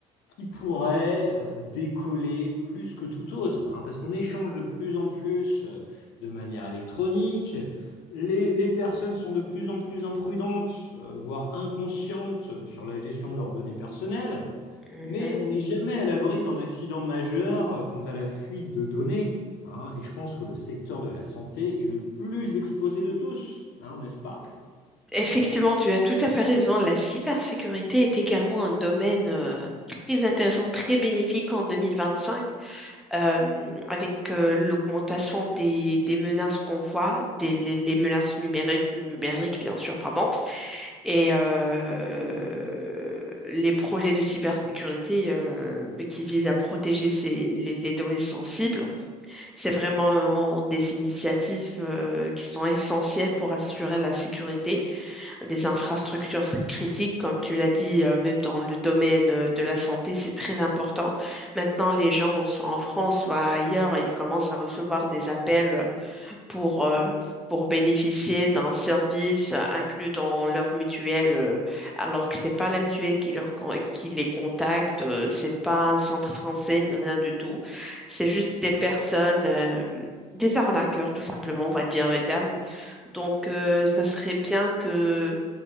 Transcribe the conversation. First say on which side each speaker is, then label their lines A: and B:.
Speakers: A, on the left; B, in the centre.
A: qui pourrait euh, décoller plus que tout autre, hein, parce qu'on échange de plus en plus euh, de manière électronique. Les, les personnes sont de plus en plus imprudentes, euh, voire inconscientes euh, sur la gestion de leurs données personnelles,
B: Mhm.
A: mais on n'est jamais à l'abri d'un accident majeur euh, quant à la fuite de données. hein, et je pense que le secteur de la santé est le plus exposé de tous, hein, n'est-ce pas?
B: Effectivement, tu as tout à fait raison. La cybersécurité est également un domaine euh, très intéressant, très bénéfique en 2025, euh, avec euh, l'augmentation des, des menaces qu'on voit, des, les, les menaces numériques, numériques, bien sûr, pardon, et euh, les projets de cybersécurité euh, qui visent à protéger ces- les les données sensibles. C'est vraiment des initiatives euh, qui sont essentielles pour assurer la sécurité des infrastructures critiques, comme tu l'as dit, euh, même dans le domaine euh, de la santé, c'est très important. Maintenant, les gens, soit en France, soit ailleurs, ils commencent à recevoir des appels euh, pour, euh, pour bénéficier d'un service inclus dans leur mutuelle, euh, alors que ce n'est pas la mutuelle qui, leur, con- qui les contacte, euh, c'est pas un centre français ni rien du tout. C'est juste des personnes, euh, des arnaqueurs, tout simplement, on va dire les termes. Donc, euh, ça serait bien que